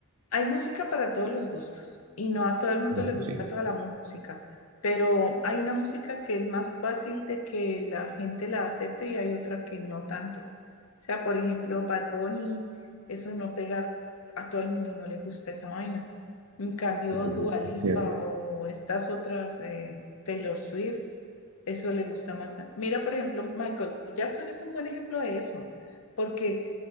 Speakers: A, on the left; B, on the right.
A: hay música para todos los gustos y no a todo el mundo
B: Eso
A: le gusta
B: sí,
A: toda la música, pero hay una música que es más fácil de que la gente la acepte y hay otra que no tanto. O sea, por ejemplo, Bad Bunny, eso no pega, a todo el mundo no le gusta esa vaina. En cambio,
B: sí,
A: Dua Lipa
B: es cierto.
A: o estas otras, eh, Taylor Swift, eso le gusta más. a- Mira, por ejemplo, Michael Jackson es un buen ejemplo de eso, porque